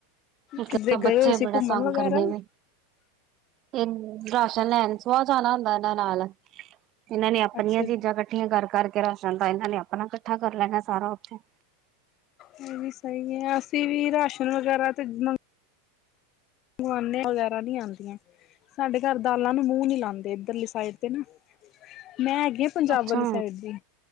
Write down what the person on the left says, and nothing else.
ਕਿੱਧਰੇ
ਗਏ
ਹੋਏ ਸੀ
ਘੁੰਮਣ
ਵਗੈਰਾ
ਅੱਛਾ ਜੀ
ਇਹ ਵੀ ਸਈ ਐ ਅਸੀਂ ਵੀ ਰਾਸ਼ਨ ਵਗੈਰਾ ਤੇ ਮੰ <unintelligible> ਵਗੈਰਾ ਨਹੀਂ ਆਂਦੀਆਂ। ਸਾਡੇ ਘਰ ਦਾਲਾਂ ਨੂੰ ਮੂੰਹ ਨੀ ਲਾਂਦੇ ਇੱਧਰਲੀ ਸਾਈਡ ਤੇ ਨਾ। ਮੈਂ ਹੈਗੀ ਆ ਪੰਜਾਬ
ਵਾਲੀ ਸਾਈਡ ਦੀ।